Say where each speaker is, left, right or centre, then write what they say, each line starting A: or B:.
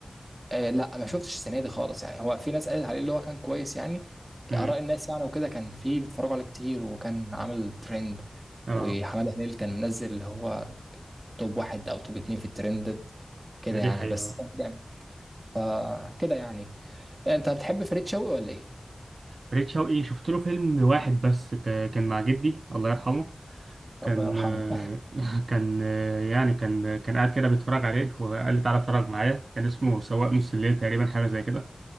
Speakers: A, on the right; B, on the right.
A: آه لا ما شفتش السنة دي خالص يعني هو في ناس قالت عليه اللي هو كان كويس يعني
B: امم
A: آراء الناس يعني وكده كان في بيتفرجوا عليه كتير وكان عامل ترند
B: اه
A: وحماده هلال كان منزل اللي هو توب واحد او توب اتنين في الترندد كده
B: دي
A: يعني
B: حقيقه
A: بس يعني فكده يعني انت بتحب فريد شوقي ولا ايه؟
B: فريد شوقي شفت له فيلم واحد بس ك- كان مع جدي الله يرحمه كان
A: ربنا يرحمه
B: <laughs> كان يعني كان كان قاعد كده بيتفرج عليه وقال لي تعالى اتفرج معايا كان اسمه سواق نص الليل تقريبا حاجة زي كده